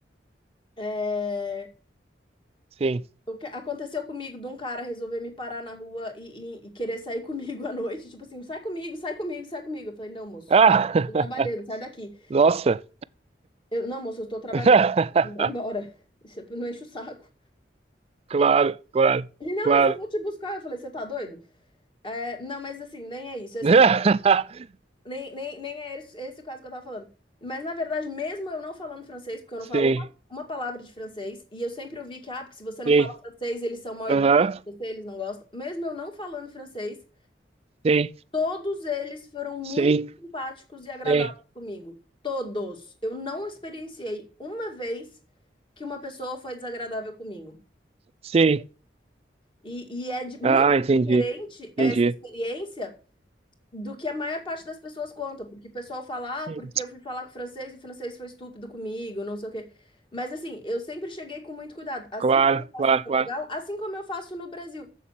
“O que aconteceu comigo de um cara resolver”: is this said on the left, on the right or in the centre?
Left